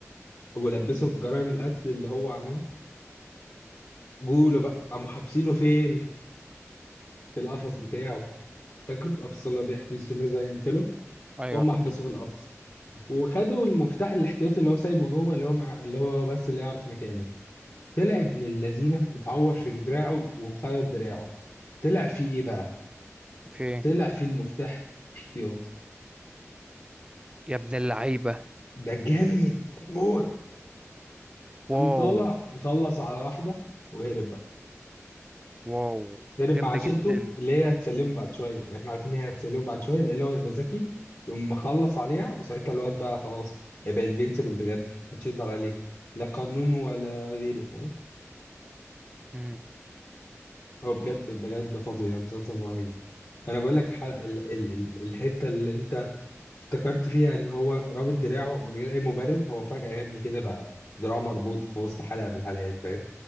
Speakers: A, on the left; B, on the right.
A: ولبسهم في جرائم القتل اللي هو عملها جوله بقى قاموا حابسينه فين في القفص بتاعه فاكره القفص اللي هو بيحبس في الناس بقى يقتله
B: ايوه
A: هم
B: فاكر
A: حبسوه في القفص وخدوا المفتاح الاحتياطي اللي هو سايبه جوه اللي هو مع... اللي هو بس اللي يعرف مكانه طلع ابن اللذينه متعور في دراعه ومخيط دراعه طلع فيه ايه بقى
B: في ايه
A: طلع فيه المفتاح احتياطي
B: يا ابن اللعيبه
A: ده جامد موت
B: واو
A: قام طالع مخلص على واحده وهرب بقى.
B: واو
A: هرب
B: جامده
A: مع عشيقته
B: جدا
A: اللي هي هتسلمه بعد شويه احنا عارفين ان هي هتسلمه بعد شويه لان هو يبقى ذكي يقوم مخلص عليها وساعتها الواد بقى خلاص هيبقى انفينسيبل بجد محدش يقدر عليه لا قانون ولا غيره فاهم
B: مم.
A: هو بجد بجد فظيع مسلسل رهيب انا بقول لك الح- ال- ال- ال- الحته اللي انت افتكرت فيها ان هو رابط دراعه من غير اي مبرر هو فجاه يا ابني كده بقى دراعه مربوط في وسط حلقه من الحلقات فاهم